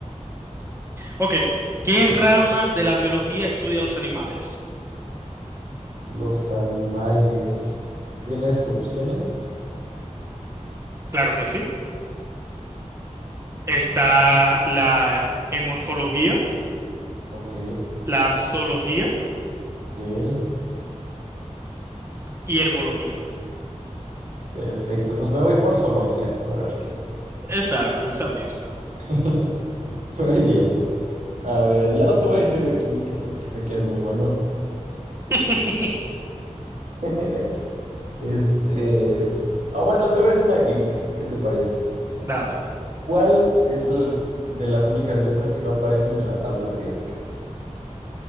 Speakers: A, on the right; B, on the right.
A: Ok, ¿qué rama de la biología estudia los animales?
B: Los animales. ¿Tienes opciones?
A: Claro que sí. Está la hemorfología,
B: Ok,
A: la zoología.
B: ok.
A: y herbología.
B: Perfecto, pues me voy por zoología. A ver qué tal.
A: Exacto, esa misma.
B: <laughs> Muy bien. A ver, ya no te voy a decir de química porque sé que eres muy bueno.
A: <laughs>
B: <laughs> Este. Ah, bueno, te voy a hacer una de química. ¿Qué te parece?
A: Dale.
B: ¿Cuál es l- de las únicas letras que no aparecen en la tabla periódica?